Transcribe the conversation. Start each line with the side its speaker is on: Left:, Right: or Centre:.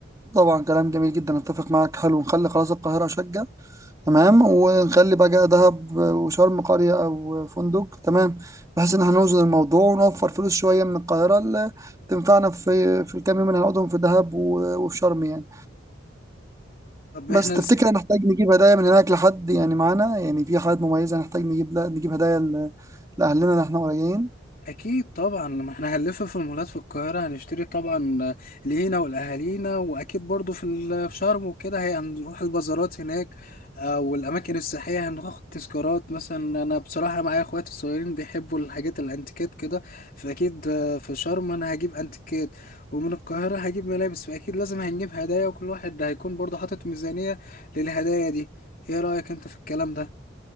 Right: طبعا كلام جميل جدا أتفق معاك حلو نخلي خلاص القاهرة شقة تمام ونخلي بقى دهب وشرم قرية أو فندق تمام بحيث إن احنا نوزن الموضوع ونوفر فلوس شوية من القاهرة اللي تنفعنا في في الكام يوم اللي هنقعدهم في دهب و- وفي شرم يعني.
Left: طب
Right: بس
Left: احنا
Right: تفتكر
Left: نس-
Right: هنحتاج نجيب هدايا من هناك لحد يعني معانا يعني في حاجات مميزة هنحتاج نجيب لا نجيب هدايا ل- لأهلنا اللي احنا قريبين
Left: اكيد طبعا لما احنا هنلف في المولات في القاهره هنشتري طبعا لينا والاهالينا واكيد برضو في ال- في شرم وكده هي هنروح البازارات هناك آه، والاماكن السياحيه هناخد تذكارات مثلا انا بصراحه معايا اخواتي الصغيرين بيحبوا الحاجات الانتيكات كده فاكيد آه، في شرم انا هجيب انتيكات ومن القاهره هجيب ملابس فاكيد لازم هنجيب هدايا وكل واحد هيكون برضو حاطط ميزانيه للهدايا دي ايه رايك انت في الكلام ده